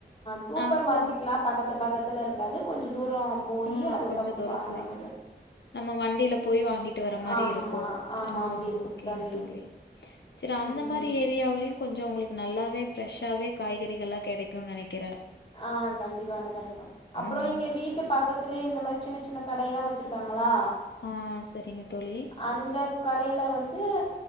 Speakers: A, on the left; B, on the left.
A: சூப்பர்
B: ஆ அப்ப
A: மார்க்கெட்லா பக்கத்து பக்கத்து இருக்காது கொஞ்சோ தூரோ போயி
B: ஆஹ்
A: அதுக்கப்
B: கொஞ்சோ தூரம்
A: வாங்குற
B: போய்
A: மாரி
B: நம்ம வண்டியில போய் வாங்கிட்டு வர மாரி
A: ஆமா
B: இருக்கு
A: ஆமா அப்டி இருக்கு
B: ஓகேங்க
A: தோழி
B: தோ சரி அந்த
A: ம்
B: மாதிரி ஏரியாவிலு கொஞ்சோ உங்களுக்கு நல்லாவே ரெஷ்ஷாவே காய்கறிகள்ல்லா கிடைக்குனு நினைக்கிற
A: ஆ கண்டிப்பான கடைக்கு அப்ரோ
B: ம்.
A: இங்க வீட்டு பக்கத் திலயே இந்த மாரி சின்ன சின்ன கடயெல்லா வச்சிருக்காங்களா
B: ஆ ம். சரிங்க தோழி.
A: அந்த கடைல வந்து